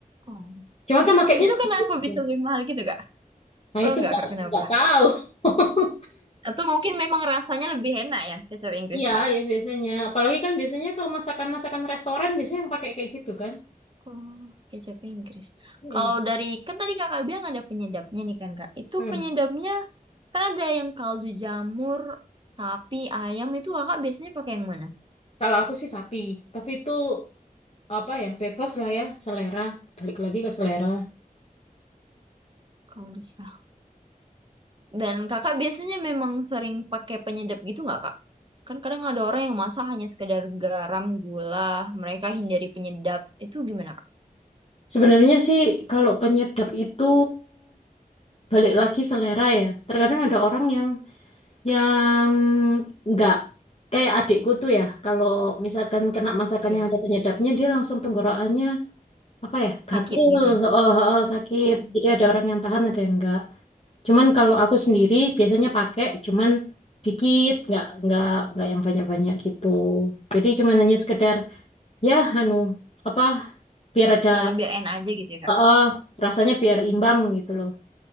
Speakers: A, on the right; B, on the left.
A: oh.
B: Cuma kan makainya
A: Itu
B: sedikit.
A: kenapa
B: aja.
A: bisa lebih mahal gitu, Kak?
B: Nah
A: Tahu
B: itu
A: nggak,
B: nggak
A: Kak, kenapa?
B: nggak tahu. <laughs>
A: Atau mungkin memang rasanya lebih enak ya kecap Inggris
B: Iya,
A: kak?
B: ya biasanya. Apalagi kan biasanya kalau masakan-masakan restoran biasanya yang pakai kayak gitu kan.
A: Oh, kecap Inggris.
B: Mm-mm.
A: Kalau dari kan tadi kakak bilang ada penyedapnya nih kan kak. Itu
B: Mm.
A: penyedapnya kan ada yang kaldu jamur, sapi, ayam itu kakak biasanya pakai yang mana?
B: Kalau aku sih sapi, tapi itu apa ya, bebas lah ya, selera. Balik lagi ke selera.
A: Kalau bisa. Dan kakak biasanya memang sering pakai penyedap gitu nggak kak? Kan kadang ada orang yang masak hanya sekedar garam, gula, mereka hindari penyedap. Itu gimana kak?
B: Sebenarnya sih kalau penyedap itu balik lagi selera ya. Terkadang ada orang yang yang nggak kayak adikku tuh ya. Kalau misalkan kena masakan
A: Dia
B: yang
A: kak?
B: ada penyedapnya, dia langsung tenggorokannya apa ya, gatel,
A: Sakit gitu ya?
B: oh, oh, sakit.
A: Oh.
B: Jadi ada orang yang tahan, ada yang enggak. Cuman kalau aku sendiri biasanya pakai cuman dikit, nggak nggak nggak yang banyak-banyak gitu. Jadi cuman hanya sekedar ya anu apa biar ada
A: Kalau biar enak aja gitu ya kak?
B: eh eh, rasanya biar imbang gitu loh.